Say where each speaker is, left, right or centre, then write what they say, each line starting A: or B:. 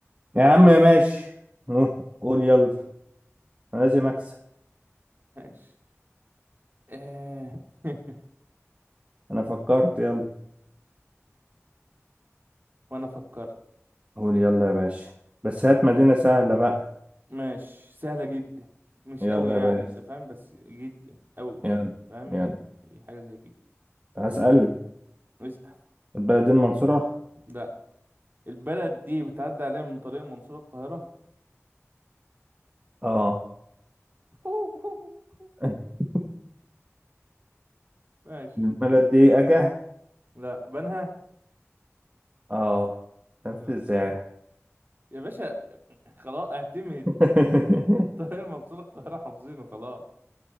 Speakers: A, on the right; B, on the right.
A: يا عم ماشي نو قول يلا أنا لازم أكسب
B: ماشي آه. <laughs>
A: أنا فكرت يلا
B: وانا افكر
A: قول يلا يا باشا بس هات مدينة سهلة بقى
B: ماشي سهلة جدا مش
A: يلا
B: قوي يعني
A: يا باشا
B: انت فاهم بس جدا قوي
A: يلا
B: فاهم
A: يلا
B: هي حاجة زي كده
A: هسأل
B: اسأل
A: البلد دي المنصورة
B: لا البلد دي بتعدي عليها من طريق المنصورة القاهرة
A: اه
B: <laughs>
A: <laughs>
B: ماشي
A: البلد دي أجا
B: لا بنها
A: اه عرفت
B: يلا
A: ازاي
B: يا باشا خلاص اعتمد
A: <laughs>
B: <laughs> طريق المنصورة القاهرة حافظينه خلاص